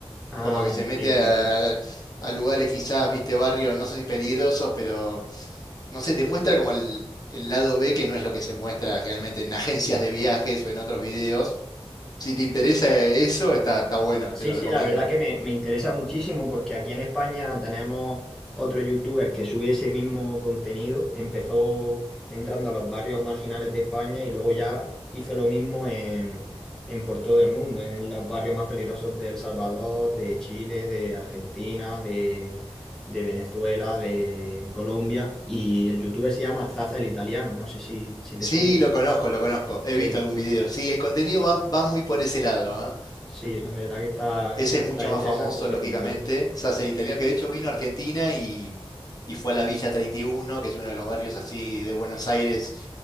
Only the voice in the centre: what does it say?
Ah,
sí, sí,
sí.
Sí,
sí,
la verdad que me, me interesa muchísimo porque aquí en España tenemos otro youtuber que sube ese mismo contenido. Empezó entrando a los barrios marginales de España y luego ya hizo lo mismo en, en por todo el mundo, en los barrios más peligrosos de El Salvador, de Chile, de Argentina, de, de Venezuela, de Colombia. Y el youtuber se llama Zaza el Italiano, no sé si, si te
suena.
Sí.
Sí, no, la verdad que está,
está
interesante
ese
contenido.